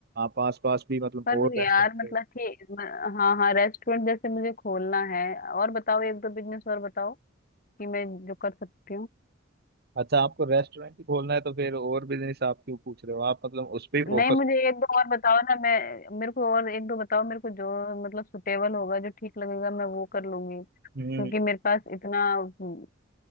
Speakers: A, on the right; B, on the left.
A: आप आस पास भी मतलब
B: पर
A: और
B: यार
A: रेस्टोरेंट
B: मतलब ठीक म- हाँ हाँ रेस्टोरेंट जैसे मुझे खोलना है और बताओ एक दो बिजनेस और बताओ कि मैं जो कर सकती हूँ
A: अच्छा आपको रेस्टोरेंट ही खोलना है तो फिर और बिजनेस आप क्यों पूछ रहे हो आप मतलब उस पर ही
B: नहीं
A: फोकस
B: मुझे एक दो और बताओ ना मैं मेरे को और एक दो बताओ मेरे को जो मतलब सुटेबल होगा जो ठीक लगेगा मैं वो कर लूंगी क्योंकि
A: हम्म
B: मेरे पास इतना हम्म,